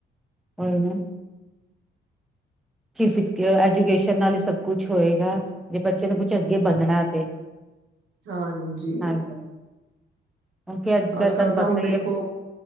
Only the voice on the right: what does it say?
ਹਾਂਜੀ
ਅੱਜ
ਕੱਲ ਤਾਂ
ਹੁਣ ਦੇਖੋ